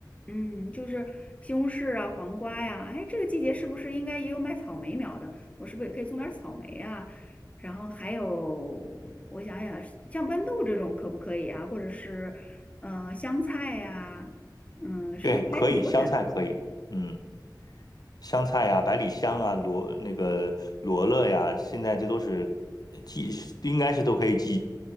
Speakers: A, on the left (about 15°); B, on the left (about 60°).
A: 嗯，就是西红柿啊、黄瓜呀、哎，这个季节是不是应该也有卖草莓苗的？我是不是也可以种点儿草莓啊？然后还有，我想想，像豌豆这种可不可以啊？或者是，呃，香菜呀、嗯，是不是还挺多选择的？
B: 对，可以，香菜可以，嗯。香菜呀、百里香啊、罗那个罗勒呀，现在这都是呃季，应该是都可以季，